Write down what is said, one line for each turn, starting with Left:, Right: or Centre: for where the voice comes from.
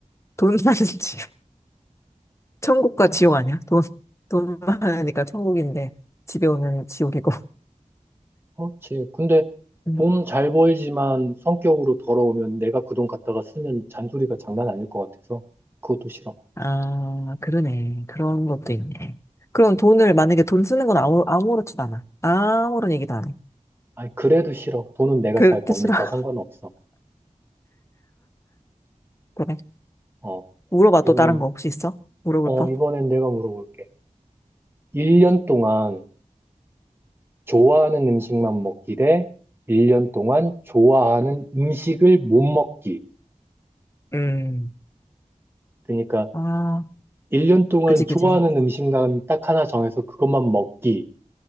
Left: 돈 많은 <laughs> 집. 천국과 지옥 아니야? 돈, 돈 많으니까 천국인데, 집에 오면 지옥이고.
Right: 그렇지. 근데
Left: 음.
Right: 돈 잘 벌지만 성격으로 더러우면 내가 그 돈 갖다가 쓰면 잔소리가 장난 아닐 것 같아서 그것도 싫어.
Left: 아, 그러네. 그런 것도 있네. 그럼 돈을, 만약에 돈 쓰는 건 아무, 아무렇지도 않아. 아무런 얘기도 안 해.
Right: 아니, 그래도 싫어. 돈은 내가
Left: 그렇게
Right: 잘 버니까
Left: 싫어. <laughs>
Right: 상관없어.
Left: 그래.
Right: 어,
Left: 물어봐,
Right: 그러면,
Left: 또 다른 거 혹시 있어? 물어볼
Right: 어,
Left: 까
Right: 이번엔 내가 물어볼게. 1년 동안 좋아하는 음식만 먹기 대 1년 동안 좋아하는 음식을 못 먹기.
Left: 음.
Right: 그러니까
Left: 아,
Right: 1년 동안
Left: 그지,
Right: 좋아하는
Left: 그지.
Right: 음식만 딱 하나 정해서 그것만 먹기.